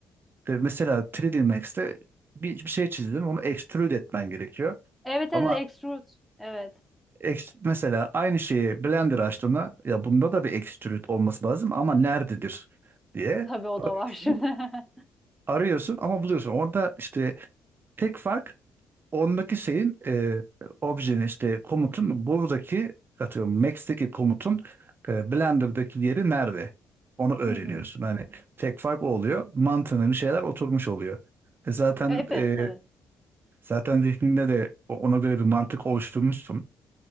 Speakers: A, on the right (about 40°); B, in the centre.
A: e, mesela 3D Max'te bir, bir şey çizdin onu extrude etmen gerekiyor.
B: Evet
A: Ama
B: evet Extrude. Evet.
A: Ekst- mesela aynı şeyi Blender açtığında ya bunda da bir extrude olması lazım ama nerededir diye
B: Tabii o
A: arıyorsun.
B: da var şimdi. <laughs>
A: Arıyorsun ama buluyorsun. Orada işte tek fark ondaki şeyin e, objenin işte komutun buradaki atıyorum Max'teki komutun e, Blender'daki yeri nerede? Onu öğreniyorsun.
B: Hı hı.
A: Hani tek fark o oluyor. Mantığına bir şeyler oturmuş oluyor. E zaten
B: Evet
A: e,
B: evet.
A: zaten zihninde de o- ona göre bir mantık oluşturmuşsun.